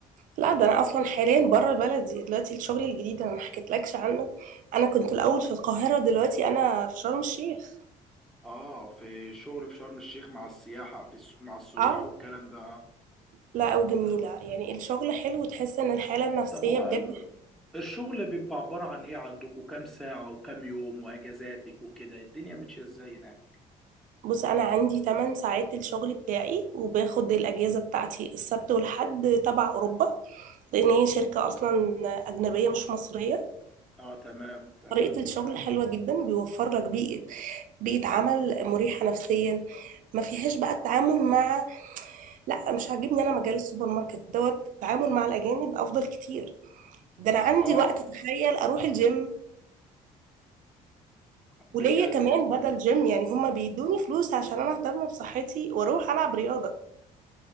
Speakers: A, on the right (about 60°); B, in the centre.
A: لا ده انا اصلا حاليا بره بلدي دلوقتي الشغل الجديد انا ما حكيتلكش عنه انا كنت الاول في القاهرة دلوقتي انا في شرم الشيخ
B: اه في شغل في شرم الشيخ مع السياحه في الس... مع السياح
A: اه
B: والكلام ده
A: لا وجميلة
B: اه
A: يعني الشغل حلو وتحس ان الحالة النفسية
B: طب هو
A: بجد
B: ال- الشغل بيبقى عبارة عن ايه عندكم كام ساعة وكام يوم واجازاتك وكده الدنيا ماشية ازاي هناك
A: بص انا عندي 8 ساعات الشغل بتاعي وباخد الاجازة بتاعتي السبت والحد تبع اوروبا لان هي شركة اصلا اجنبية مش مصرية
B: اه تمام تمام
A: طريقة الشغل حلوة جدا بيوفر لك بيئة بيئة عمل مريحة نفسيا ما فيهاش بقى التعامل مع لا مش عاجبني انا مجال السوبر ماركت دوت التعامل مع الاجانب افضل كتير ده انا عندي
B: اه
A: وقت تخيل اروح الجيم
B: بجد
A: وليا كمان بدل جيم يعني هما بيدوني فلوس عشان انا اهتم بصحتي واروح العب رياضة